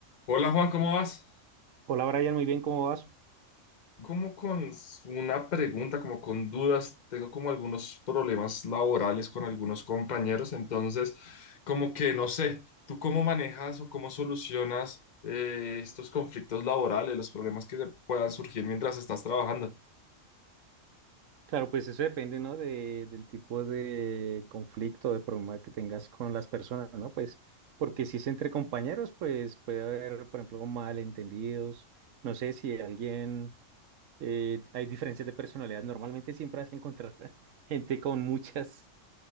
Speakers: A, on the left (about 40°); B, on the right (about 80°).
A: Hola Juan, ¿cómo vas?
B: Hola Brian, muy bien, ¿cómo vas?
A: Como con una pregunta, como con dudas, tengo como algunos problemas laborales con algunos compañeros, entonces como que no sé, ¿tú cómo manejas o cómo solucionas eh, estos conflictos laborales, los problemas que puedan surgir mientras estás trabajando?
B: Claro, pues eso depende, ¿no? De, del tipo de conflicto, de problema que tengas con las personas, ¿no? Pues porque si es entre compañeros, pues puede haber, por ejemplo, malentendidos, no sé si alguien, eh, hay diferencias de personalidad, normalmente siempre vas a encontrar <laughs> gente con muchas,